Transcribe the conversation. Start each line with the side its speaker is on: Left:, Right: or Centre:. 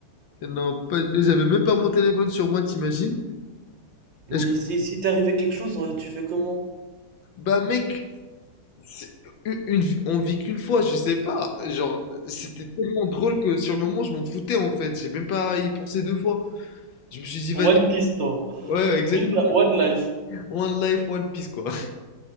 Left: non, pas- j'avais même pas mon téléphone sur moi, t'imagines?
Right: Mais
Left: Est-ce que-
Right: si, si t'arrivait quelque chose, euh, tu fais comment?
Left: Bah mec, c'est- une, une vie- on vit qu'une fois, je sais pas. Genre, c'était tellement drôle que sur le moment, je m'en foutais en fait. J'ai même pas y pensé deux fois. Je me suis dit, vas-y,
Right: One Piece, toi.
Left: ouais, ouais, exactement.
Right: Une, One Life.
Left: One life, one piece, quoi.